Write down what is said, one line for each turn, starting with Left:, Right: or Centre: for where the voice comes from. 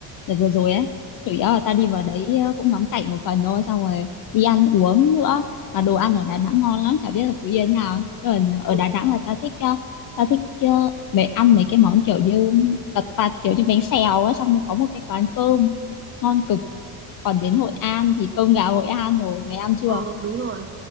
Left: đợt vừa
Right: ừ
Left: rồi ấy, chủ yếu
Right: ừ
Left: là tao đi vào đấy ờ, cũng ngắm cảnh một phần thôi, xong rồi đi ăn uống nữa, mà đồ ăn ở Đà Nẵng ngon lắm, chả biết là Phú Yên nào. Còn ở
Right: ừ
Left: Đà Nẵng là tao thích, ờ, tao thích ờ, mấy ăn mấy cái món kiểu như tật tật, kiểu như bánh xèo á, xong có một cái quán cơm ngon cực. Còn đến Hội An thì cơm gà Hội An rồi, mày ăn chưa?
Right: ờ, đúng rồi.